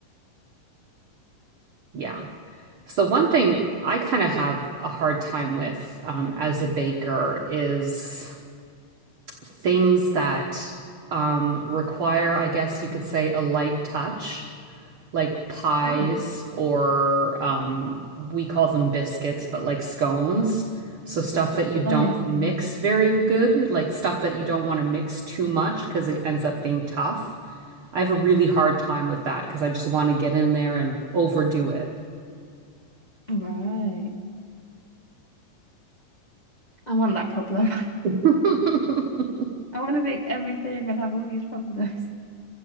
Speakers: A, on the right; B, on the left.
A: Yeah. So one thing I kind of have a hard time with um, as a baker is things that um, require, I guess you could say, a light touch, like pies
B: <laughs> Oh,
A: or um, we call them biscuits, but like scones. So stuff that you don't
B: oh yes, kind.
A: mix very good, like stuff that you don't want to mix too much because it ends up being tough. I have a really hard time with that because I just want to get in there and overdo it.
B: Right. I want that problem. <laughs>
A: <laughs>
B: I want to make everything and have all these problems.